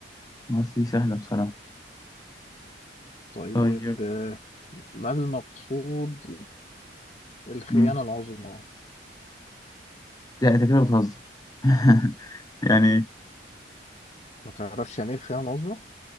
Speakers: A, on the left (about 20°); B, on the left (about 35°).
A: ما دي سهلة بصراحة
B: طيب
A: طيب
B: آه، ما المقصود بالخيانة
A: مم.
B: العظمى
A: لا أنت كده بتهزر <laughs> يعني
B: ما تعرفش يعني ايه الخيانة العظمى